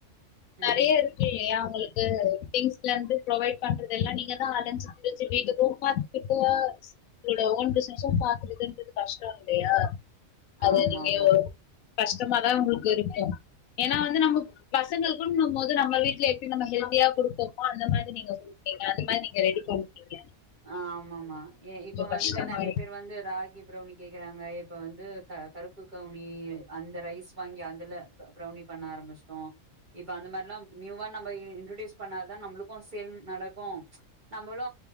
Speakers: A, on the left; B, on the right.
A: நெறய
B: ம்
A: இருக் இல்லையா உங்களுக்கு திங்ஸ்ல இருந்து ப்ரவைட் பண்றது எல்லா நீங்க தா அழஞ்சு திருஞ்சு வீட்டு போ மா இப்ப உங்களோட ஓன் பிசினஸும் பாக்குறதுன்றது கஷ்டோ இல்லயா அது
B: ஆமா
A: நீங்க
B: ஆமா
A: கஷ்டமாதா உங்களுக்கு இருக்கு ஏன்னா வந்து நம்ம பசங்களுக்குனு போது நம்ம வீட்ல எப்டி நம்ம ஹல்தியா குடுக்கிறோமோ அந்த மாரி நீங்க நீங்க அந்த மாரி நீங்க ரெடி பண்ணிட்டீங்க
B: ஆ ஆமாமா எ இப்ப
A: கஷ்டமா
B: வந்து நெறய
A: இருக்கு
B: பேர் வந்து ரா பிரௌனி கேக்குறாங்க இப்ப வந்து க கருப்பு கவுனி அந்த ரைஸ் வாங்கி அந்தல பிரௌனி பண்ண ஆரம்பிச்சுடோ இப்ப அந்த மாரிலா நியூவா நம்ம இன்ட்ரடியூஸ் பண்ணாதா நம்மளுக்கு சேல் நடக்கு ச் நம்மளு